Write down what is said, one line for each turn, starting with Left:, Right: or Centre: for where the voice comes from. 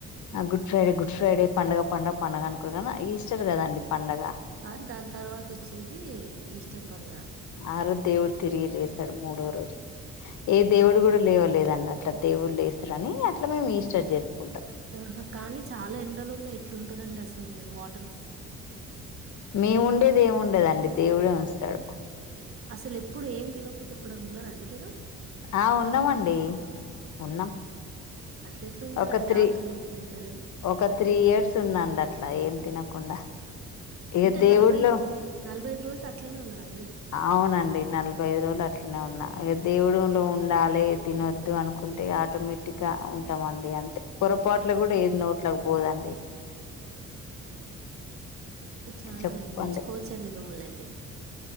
Left: గుడ్ ఫ్రైడే గుడ్ ఫ్రైడే పండుగ పండుగ పండగ అనుకు ఈస్టర్ కదండి పండగ
Right: కానీ దాని తర్వాత వచ్చేది ఈస్టర్ పండుగ
Left: ఆ రోజు దేవుడు తిరిగి రేస్తాడు మూడో రోజు ఏ
Right: ఆ!
Left: దేవుడు కూడా లేవలేదన్న అట్లా దేవుళ్ళ వేస్తారని అట్లా మేము ఈస్టర్ జరుపుకుంటాం
Right: ఆహా కానీ చాలా ఎండలు ఉన్నాయి ఎట్లుంటుందండి అసలు మీరు వా
Left: మేము ఉండేది ఏమి వుండదు అండి దేవుడు అంస్తాడు
Right: అసలు ఎప్పుడు ఏం తినకుండా ఎప్పుడైనా ఉన్నండి మీరు
Left: ఆ ఉన్నామ అండి ఉన్నాం
Right: అట్ల ఎట్లుంటారండి
Left: ఒక త్రీ
Right: ఆకలి అయితుంటది
Left: ఒక త్రీ ఇయర్స్ ఉందండి అట్లా ఏం తినకు కుండా ఇక
Right: అంటే
Left: దేవుళ్ళ
Right: నలభై నలభై ఐదు రోజులు అట్లనే ఉన్నారండి
Left: అవునండి నలభై ఐదు రోజులు అట్లనే ఉన్నా అే దేవుడు లో ఉండాలి తినొద్దు అనుకుంటే ఆటోమేటిక్ గా ఉ ఉంటం అండి అంటే పొరపాట్లు
Right: కానీ
Left: కూడా ఏది నోట్లకు పోదండి
Right: చాలా
Left: చెప్పండి
Right: మెచ్చుకోవచ్చ అండి మిమ్మల్ని అయి తాయ్